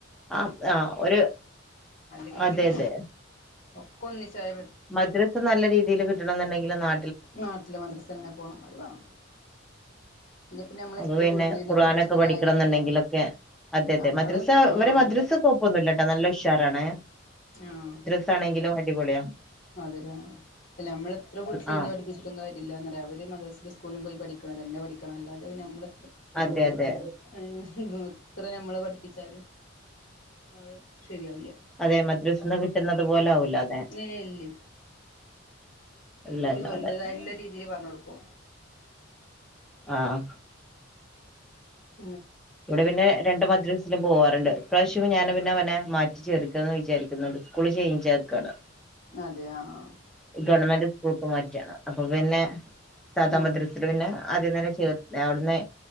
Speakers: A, in the centre; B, on the left.
A: ആഹ് ആഹ് ഒരു
B: അല്ലെങ്കി
A: അതെ
B: പിന്നെ
A: അതെ
B: ഒക്ക ഒന്നിചാറ്
A: മദ്രസ് നല്ല രീതില്കിട്ടണ ന്ന്ണ്ടെങ്കില് നാ
B: നാട്ടിലെ മദ്രസന്നെ പോണം അത് വേണം. പിന്നെ പിന്നെ നമ്മള്
A: അപ്പൊ
B: എത്ര
A: പിന്നെ
B: വീട്ടിലിരുന്ന്
A: ഖുർആാനൊക്കെ
B: പഠിപ്പിച്ചിട്ടും
A: പഠിക്കണന്ന്ണ്ടെങ്കിലൊക്കെ
B: കാര്യൊന്നുല്ല
A: അതെ അതെ
B: നമ്മള്
A: മദ്രസ
B: ആഹ്
A: ഇവരെ മദ്രസ്സ
B: അത്
A: കൊഴപ്പൊന്നുല്ലാട്ടോ നല്ല ഉഷാറാണ്.
B: ആഹ്.
A: ച്ചാആണെങ്കിലും അടിപൊള്യാ.
B: അത്‌ല്ലേ അല്ല നമ്മള് എത്ര വീട്ടിലിരുന്ന്
A: ആ
B: പഠിപ്പിച്ചു ട്ടും കാര്യല്ലാന്നറ്യാ അവര് മദ്രസലും സ്കൂളും പോയി പഠിക്കണം തന്നെ പഠിക്കണം അല്ലാതെെ നമ്മള
A: അതെ അതെ
B: ഏഹ് <unintelligible> എത്ര നമ്മള് പഠിപ്പിച്ചാലും അത് ശരിയാവില്ല.
A: അതെ മദ്രസെന്ന് കിട്ട്ന്നത് പോലെ ആവൂല അത്.
B: എഹ് ഇല്ല്യ
A: ഇല്ല
B: ഓല്
A: ഇല്ല
B: ഓൽതെതായ്ട്ട്ള്ള
A: അതെ
B: രീതില് പർഞ്ഞൊട്ക്കും.
A: ആഹ്.
B: ഉ
A: ഇവിടെ പിന്നെ രണ്ട മദ്ര പോവാറ്ണ്ട് ഇ പ്രാവശ്യം ഞാൻ അവനെവനെ മാറ്റി ചേർക്കാന്ന് വിചാരിക്ക്ന്ന്ണ്ട് സ്കൂള്ചെയ്ഞ്ചാക്കാണ്.
B: അതെ ആണോ?
A: ഗവൺമെന്റ് സ്കൂൾക്ക് മാറ്റ അപ്പൊ പിന്നെ സാധാ
B: ആ
A: മദ്രസ ല്‌ പിന്നെ ആദ്യം തന്നെ ചേർ ന്നഅവ്‌ട്‌ന്ന്.